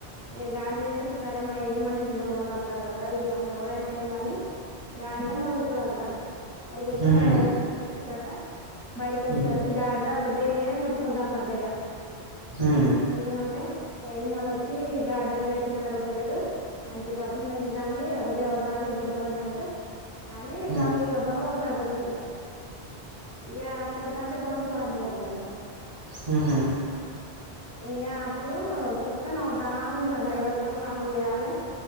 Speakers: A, on the left (about 15°); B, on the right (about 35°).
A: ఇగ గాడది ఏం చేస్తది అరె మా యజమాని దొంగలు వాడతరు కదా పాపం ఎవరైతే ఉండాలి గాడిద మోరుగుతదంట మోరిగతే
B: ఉహు
A: అయన వచ్చి చూస్తాడాటా బయటకి వచ్చేసరికి
B: ఉ
A: గాడిద ఒకటే మొత్తుకుంటందట ఇగా
B: ఉ
A: మీకేం అంటే ఏమన్న వోచ్చి ఈ గాడిదకు ఇయ్యాల తిన్నది అరుగుతా లేదు. మంచిగా కడుపునిండా తింటంది ఒకటే దాన్నీ గుర్రం అనీ అంటె అనీ
B: ఉ
A: పల్ల పల్ల కోడ్ త్రా డా చే యా కొడతాంటే దొంగ వారుపోతరు అంట
B: హ్ హు
A: ఇగా అప్పుడు కుక్క నవ్వుతా ఉంటంది ఆట ఎవరి పనులు వాళ్ళు చేయాలి